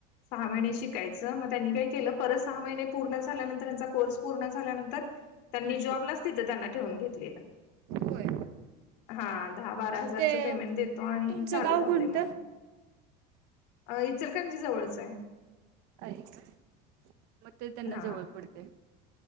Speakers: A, on the left; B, on the right.
A: सहा महिने शिकायचं मग त्यांनी काय केलं परत सहा महिने पूर्ण झाल्यानंतर त्यांचा कोर्स पूर्ण झाल्यानंतर त्यांनी
B: हं.
A: जॉबलाच तिथं त्यांना ठेवून घेतलेलं.
B: होय.
A: हा दहा बारा हजारचं
B: ते
A: पेमेंट देतो आणि
B: तुमचं
A: चालू
B: गाव
A: राहू
B: कोणतं?
A: दे म्हणून. अ इचलकरंजी जवळचं आहे.
B: ऐ काय मग ते त्यांना
A: हा
B: जवळ पडतंय.